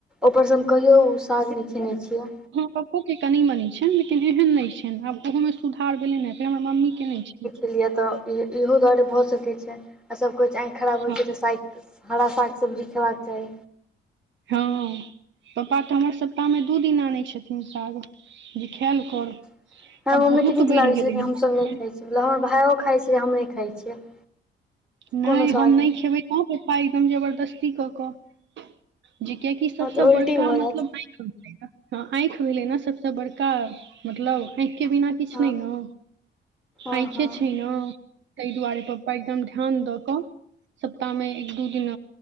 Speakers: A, in the centre; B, on the right.
A: ऊपरसँ हम कहियो साग नहि खेनै छियै
B: पप्पोके कनि मनी छनि लेकिन एहन नहि छनि आब ओहोमे सुधार भेलै ह फेर हमर मम्मीके नहि छ
A: लिय तऽ इ इहो दुआरे भऽ सकैत छै आ सभ कहै छै आँखि खराब होइ
B: हँ
A: छै तऽ साग हरा साग सब्जी खेबाक चाही
B: हँ पापा तऽ हमर सप्ताहमे दू दिन आनै छथिन साग जे खायल
A: हमरा
B: कर आब
A: मम्मी
B: बहुत
A: के नीक
B: बढ़ि
A: लागे छै
B: गेलै
A: लेकिन हमसब नहि खाय छियै हमर भायो खाइत छै हम नहि खाइ छियै
B: नहि
A: कोनो स्वाद
B: हम नहि खेबै तह त पापा एकदम जबरदस्ती कऽ कऽ जी कियाकि सबसँ
A: हँ तऽ उल्टी
B: बड़का
A: भऽ
B: मतलब
A: जायत
B: हँ आँखि भेलै ने सबस बड़का मतलब आँखि के बिना किछ
A: हँ
B: नहि ने
A: हँ
B: आंखे
A: हँ
B: छै ने ताहि दुआरे पप्पा एकदम ध्यान द क सप्ताह मे एक दू दिन